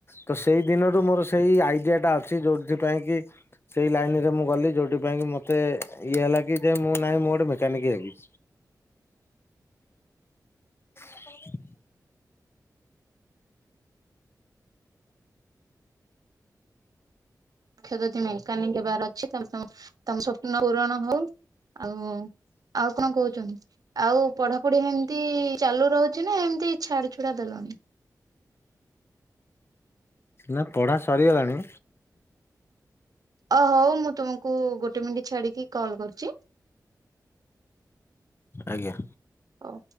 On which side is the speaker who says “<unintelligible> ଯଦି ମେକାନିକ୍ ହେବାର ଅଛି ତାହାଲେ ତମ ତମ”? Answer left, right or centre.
Right